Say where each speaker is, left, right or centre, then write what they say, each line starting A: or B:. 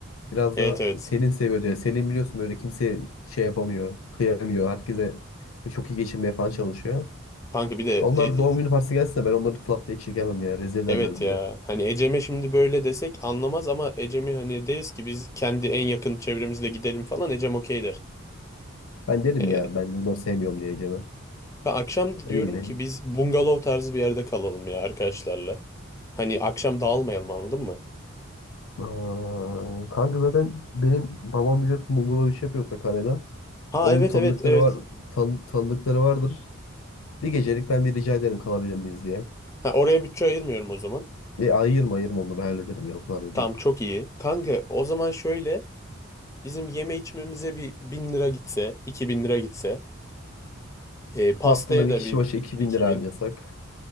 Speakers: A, on the left (about 85°); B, on the left (about 15°).
A: Biraz
B: Evet
A: daha
B: evet.
A: senin seviyor diye. Senin biliyorsun böyle kimse şey yapamıyor. Kıyamıyor. Herkese çok iyi geçinmeye falan çalışıyor.
B: Kanka bir de
A: Onlar
B: e- e-
A: doğum günü partisi gelse de ben onları club'da hiç çekemem ya. Rezil ederler
B: evet
A: bizi.
B: ya. Hani Ecem'e şimdi böyle desek anlamaz ama Ecem'i hani deriz ki biz kendi en yakın çevremizle gidelim falan Ecem okey der.
A: Ben derim
B: E,
A: ya ben bunları sevmiyorum diyeceğime.
B: ben akşam
A: Ne
B: diyorum
A: bileyim ben.
B: ki biz bungalov tarzı bir yerde kalalım ya arkadaşlarla. Hani akşam dağılmayalım anladın mı?
A: Aa, Kanka zaten benim babam biliyorsun Bulgur'la iş yapıyor Sakarya'da.
B: Ha
A: Onun
B: evet
A: tanıdıkları
B: evet evet.
A: var, tan tanıdıkları vardır. Bir gecelik ben bir rica ederim kalabilir miyiz diye.
B: Ha, oraya bütçe ayırmıyorum o zaman.
A: E, ayırma ayırma onu ben hallederim ya o kadar da
B: Tam
A: değil.
B: çok iyi. Kanka o zaman şöyle bizim yeme içmemize bir bin lira gitse, iki bin lira gitse, e, pastaya
A: Club'da da bir
B: da
A: kişi
B: bir
A: başı 2000
B: bin iki
A: lira
B: bin.
A: harcasak.